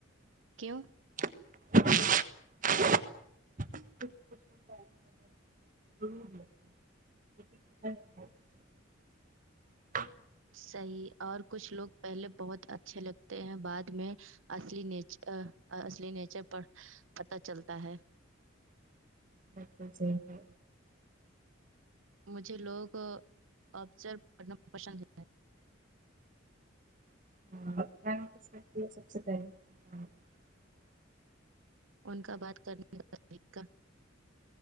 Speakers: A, on the right (about 75°); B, on the right (about 40°).
A: کیوں
B: کچھ لوگ پہلی نظر میں تو ور لتے ہیں
A: صحیح اور کچھ لوگ پہلے بہت اچھے لگتے ہیں بعد میں اصلی نیچر پر پتہ چلتا ہے
B: بال جی جی
A: مجھے لوگ ابزر پڑھنا پسند ہے
B: <inaudible>
A: ان کا بات کرنے کا طریقہ